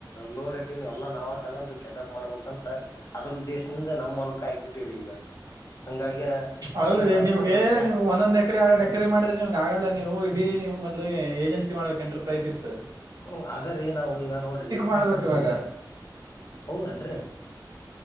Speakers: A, on the left; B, on the right.
A: ಲೋ ರೇಟನ್ ಎಲ್ಲಾ ನಾವ ತಗೊಂಡ್ ಕೆಸಾಪ್ ಮಾಡಬೇಕಂತ ಅದ್ರ ಉದ್ದೇಶದಿಂದ ನಮ್ಮ್ಲ್ಕ ಆಯಬ ಟ್ಟ ಈಗ ಹಂಗಾಗಿ
B: ಅಲ್
A: ಹೊಸದ ಅದ್ಕ
B: ನಿಮಗೆಮಗ್
A: ಒಂದ ಬ್ರ್ಯಾ
B: ಒಂದೊಂದ್ ಎಕ್ರ ಎಕ್ರ ಮಾಡಿದ್ರೆ ನಿಮ್ಗ್ ಆಗಲ್ಲ ನೀವು ಇಡೀವ್ ಮೊಲು ಏಜೆನ್ಸಿ ಮಾಡ್ಬೇಕು ಎಂಟರ್ಪ್ರೈಸಿಸಸ್
A: ಹ್ಮ ಅದ್ರೀ ನಾವವು ಈಗ ನೋಡ್ರಿ ಪಫಸ್ಟ್
B: ಮಾಡ್ಬೇಕ್ ಇವಾಗ
A: ಹೌದನ್ ರಿ